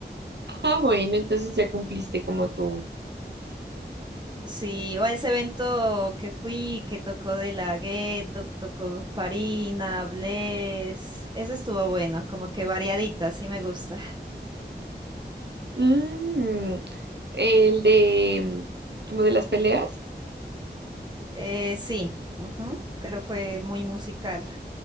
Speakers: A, on the right; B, on the right.
A: Ah, bueno, entonces ya cumpliste como tú.
B: Sí, o a ese evento que fui, que tocó De La Ghetto, tocó Farina, Bless, ese estuvo bueno, como que variadito, así me gusta.
A: Mm, el de, mm, como de las peleas.
B: Eh, sí, ujú, pero fue muy musical.